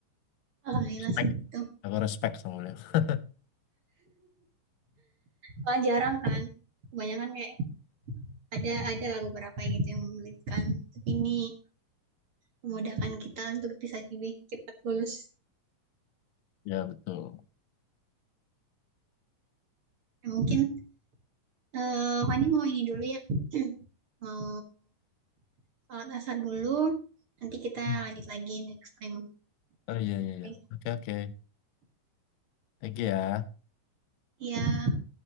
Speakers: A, on the right; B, on the left.
A: Alhamdulillah
B: Respect.
A: sih gitu.
B: Aku respect sama beliau. <laughs>
A: Kalau jarang kan, kebanyakan kayak ada ada lah beberapa yang gitu yang menyulitkan. Tapi ini memudahkan kita untuk bisa lebih cepat lulus.
B: Ya, betul.
A: Ya, mungkin eh Fani mau ini dulu ya, mau sholat asar dulu. Nanti kita
B: Hmm.
A: lanjut lagi next time.
B: Oh iya, iya, iya.
A: Oke.
B: Oke, oke. Thank you ya.
A: Iya,